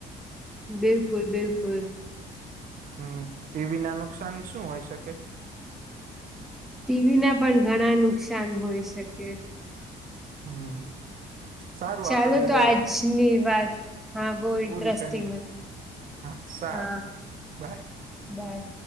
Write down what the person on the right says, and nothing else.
હમ ટીવી ના નુકસાન શું હોય શકે.
હમ. સારું
આપડે હવે
પૂરી
કરી
હા, સારું.
બાય.